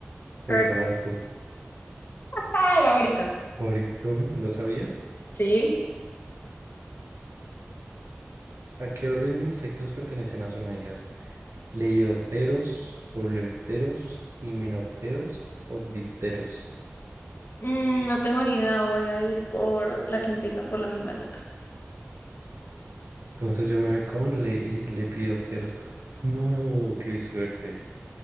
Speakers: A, on the right; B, on the left.
A: Contralto,
B: Kurt. Ah, era barítono.
A: barítono, ¿lo sabías?
B: Sí.
A: ¿A qué orden de insectos pertenecen las hormigas? Lepidópteros, coleópteros, himenópteros o dipteros.
B: Mm, no tengo ni idea. Voy a ir por la que empieza por la misma letra. <laughs>
A: Entonces yo me voy con le- lepidópteros. No, qué suerte,